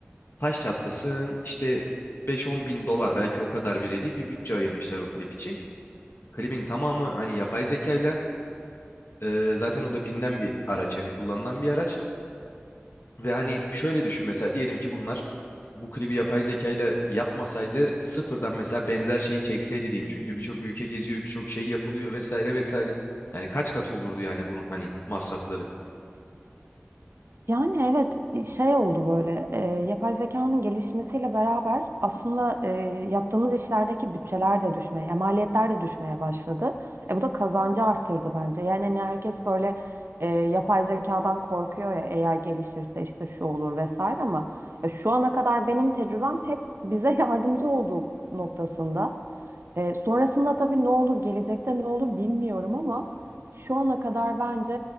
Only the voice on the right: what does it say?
Yani evet e, şey oldu böyle e, yapay zekanın gelişmesiyle beraber aslında e, yaptığımız işlerdeki bütçeler de düşmeye, yani maliyetler de düşmeye başladı. E, bu da kazancı arttırdı bence. Yani hani herkes böyle e, yapay zekadan korkuyor ya eğer gelişirse işte şu olur vesaire ama e, şu ana kadar benim tecrübem hep bize <laughs> yardımcı olduğu noktasında. E, sonrasında tabii ne olur gelecekte ne olur bilmiyorum ama şu ana kadar bence